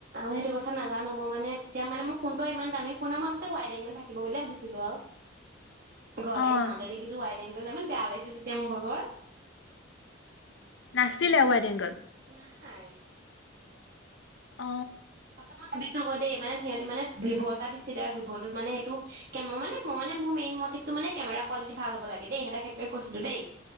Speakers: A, on the right (about 50°); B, on the left (about 70°).
A: ম সেইটো কথা নাজানো মই মানে তেতিয়া মানে ফোনটো ইমান দামী ফোন মই ভাবিছো ৱাইড এংগল থাকিব বুলি ভাবিছিলো আৰু ঘৰত
B: অ', অ'।
A: আহি চাওঁতে দেখিছো ৱাইট গলে ইমান বেয়া লাগিছে তেতিয়া মোৰ ভাগৰ
B: নাছিলে ৱাইট এংগল
A: নাই
B: অ
A: আছল <inaudible> নিচ ক দেই মানে সিহঁতি মানে ভিভ' এটা দিছিলে আৰু ভিভ'টোত মানে সেইটো কে মই মানে মই মানে মোৰ মেইন মটিভটো মানে কেমেৰা কোৱালিটি ভাল হব লাগে দেই সিহঁতক সেইটোৱে কৈছিলো দেই